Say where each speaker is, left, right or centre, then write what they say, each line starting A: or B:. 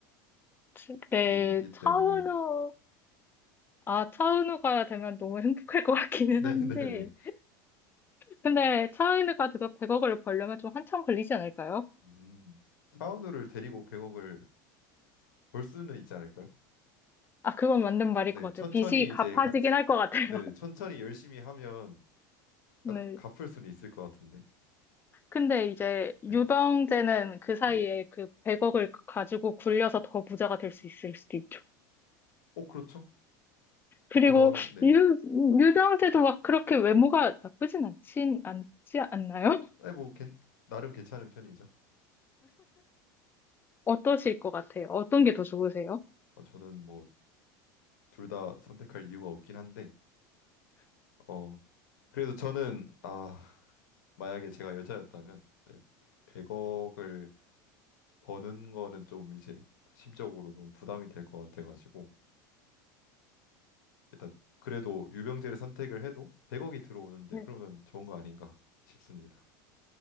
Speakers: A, on the left; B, on the left.
A: 지- 네,
B: 있기
A: 차은우,
B: 때문에
A: 아, 차은우가 되면 너무 행복할 것 같기는
B: <laughs> 네,
A: 한데.
B: 네, 네.
A: 근데 차은우가 돼서 100억을 벌려면 좀 한참 걸리지 않을까요?
B: 음. 차은우를 데리고 100억을 벌 수는 있지 않을까요?
A: 아, 그건 맞는 말일
B: 네,
A: 것 같아요.
B: 천천히
A: 빚이 갚아지긴
B: 이제 같이
A: 할 것 같아요.
B: 네네
A: <laughs>
B: 천천히 열심히 하면 딱
A: 네.
B: 갚을 수는 있을 것 같은데
A: 근데 이제 유병재는
B: 네,
A: 그 사이에
B: 네.
A: 그 100억을 가지고 굴려서 더 부자가 될 수 있을 수도 있죠.
B: 어 그렇죠?
A: 그리고
B: 그러면 네,
A: 유, 유병재도 막 그렇게 외모가 나쁘진 않진, 않지 않나요?
B: 네 뭐 괜, 나름 괜찮은 편이죠.
A: 어떠실 것 같아요? 어떤 게 더 좋으세요?
B: 어, 저는 뭐 둘 다 선택할 이유가 없긴 한데 어 그래도 저는 아 만약에 제가 여자였다면 네, 100억을 버는 거는 좀 이제 심적으로 너무 부담이 될 것 같아가지고 일단 그래도 유병재를 선택을 해도 100억이 들어오는데
A: 네,
B: 그러면 좋은 거 아닌가 싶습니다.